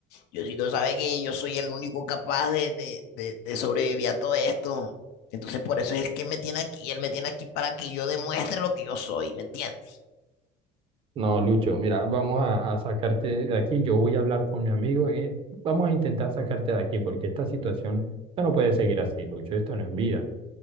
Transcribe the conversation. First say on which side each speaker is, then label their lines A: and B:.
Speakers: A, on the left; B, on the right.
A: Diosito sabe que yo soy el único capaz de, de, de- de sobrevivir a todo esto. Entonces por eso es el que me tiene aquí. Él me tiene aquí para que yo demuestre lo que yo soy, ¿me entiendes?
B: No, Lucho, mira, vamos a, a sacarte de aquí. Yo voy a hablar con mi amigo. eh, vamos a intentar sacarte de aquí porque esta situación ya no puede seguir así, Lucho. Esto no es vida.